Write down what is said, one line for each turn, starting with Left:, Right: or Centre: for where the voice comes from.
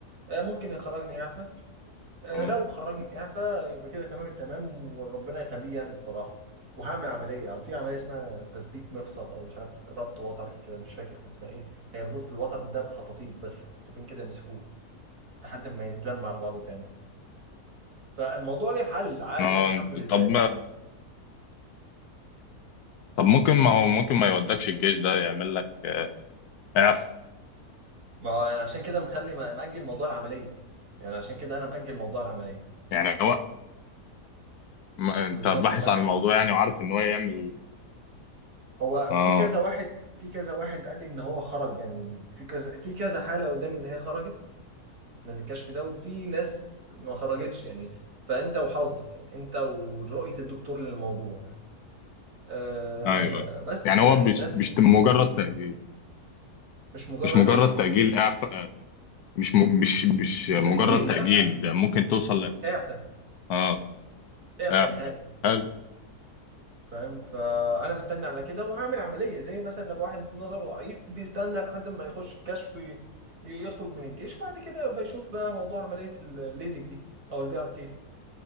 Right: آه، ممكن يخرجني اعفى آه،
Left: اه
Right: لو خرجني اعفى يبقى كده تمام التمام وربنا يخليه يعني الصراحه وهعمل عمليه يعني في عمليه اسمها تثبيت مفصل او مش عارف ربط وتر ايه كده مش فاكر كان اسمها ايه هيربط الوتر ده بخطاطيف بس خطافين كده يمسكوه لحد ما يتلم على بعضه تاني فالموضوع ليه حل عادي
Left: آه،
Right: يعني الحمد لله
Left: طب طب ممكن ما هو ممكن ما يودكش الجيش ده يعمل لك اعف
Right: ما هو انا عشان كده مخلي مأجل موضوع العمليه يعني عشان كده انا مأجل موضوع العمليه
Left: يعني هو ما انت
Right: بالظبط
Left: باحث
Right: فاهم
Left: عن الموضوع يعني وعارف ان هو يعمل
Right: هو
Left: اه
Right: في كذا واحد في كذا واحد قال لي ان هو خرج يعني في كذا في كذا حاله قدامي ان هي خرجت من الكشف ده وفي ناس ما خرجتش يعني فانت وحظك يعني انت ورؤيه الدكتور للموضوع أه
Left: ايوه
Right: بس
Left: يعني
Right: يعني
Left: هو مش
Right: الناس
Left: مش
Right: كتير
Left: مجرد تأجيل
Right: مش مجرد
Left: مش مجرد
Right: ايه
Left: تأجيل اعفاء مش م... مش مش
Right: مش
Left: مجرد
Right: تأجيل
Left: تأجيل
Right: لا
Left: ده ممكن توصل ل...
Right: اعفى
Left: اه
Right: اعفى
Left: اعفاء
Right: نهائي
Left: حلو
Right: فاهم فانا مستني على كده وهعمل عمليه زي مثلا لما واحد نظره ضعيف بيستنى لحد ما يخش الكشف ي- يخرج من الجيش وبعد كده بيشوف بقى موضوع عمليه الليزك دي او البي ار كي